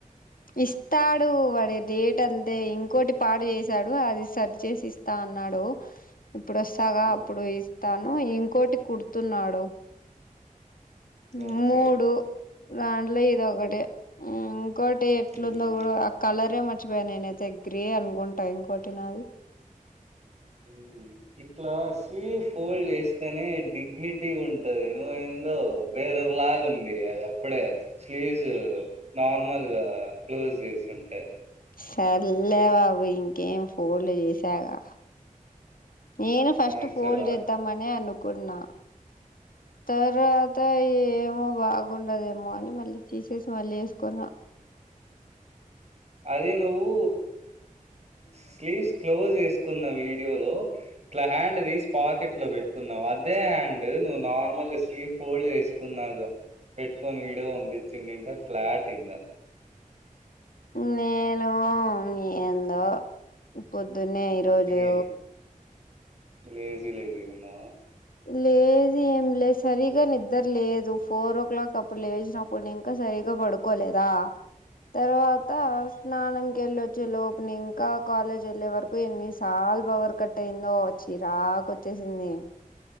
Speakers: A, on the left (about 85°); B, on the right (about 50°).
A: ఇస్తాడు వాడి డేట్ అంతే ఇంకోటి పాడు చేసాడు, అది సరి చేసి ఇస్తా అన్నాడు. ఇప్పుడు వస్తాగా
B: ఉమ్,
A: అప్పుడు ఇస్తాను ఇంకోటి కుడుతున్నాడు.
B: ఓకే
A: మూడు దాంట్లో ఇదోకటి. ఇంకోటి ఎట్లుందో
B: ఉమ్,
A: కూడా ఆ కలరే మర్చిపోయా నేనైతే గ్రే అనుకుం టా ఇంకోటినాది.
B: హ్ ఇట్లా స్లీవ్ ఫోల్డ్ చేస్తనే డిగ్నిటీ ఉంటది. నువ్వ ఎందో బే గ్గర్ లాగ ఉంది. అది అప్పుడే స్లీవ్స్ నార్మల్ గా క్లోజ్ చేసుం టే
A: సర్లే బాబు ఇంకేం ఫోల్డ్ చేసాగా. నేను ఫస్ట్
B: థ్యాంక్స్
A: ఫోల్డ్
B: అలాట్
A: చేద్దాంమనే అనుకున్నా. తర్వాత ఇగా ఏమో బాగుండదేమో అని మళ్ళీ తీసేసి మళ్ళీ ఎసుకున్నా.
B: అది నువ్వు స్లీవ్స్ క్లోజ్ చేస్ కున్న వీడియో లో ఇట్ల హ్యాండ్ తీస్ పాకెట్ లో పెట్టుకున్నవు. అదే హ్యాండ్ నువ్వు నార్మల్ గా స్లీవ్ ఫోల్డ్ చేసుకున్నాక పెట్టుకొని విడియో పంపించిఉండుంటే ఫ్లాట్ ఇంగా
A: నేను మీ ఎం దో పొద్దున్నే ఈరోజు
B: ఏమి లేజీ లేజీగ ఉన్నావా.
A: లేజీ ఏం లేద్ సరిగా నిద్దర్ లేదు. ఫోర్ ఓ క్లాక్ అప్పుడు లేశినప్పుడు ఇంకా సరి గ్గా పడుకోలేదా. తర్వాతా స్నానం కెళ్ళొచ్చే లోపు నింకా కాలేజ్ వెళ్ళే వరకు ఎన్నిసార్లు పవర్ కట్ అయిందోచ్చ్ చిరాకొచ్చేశింది.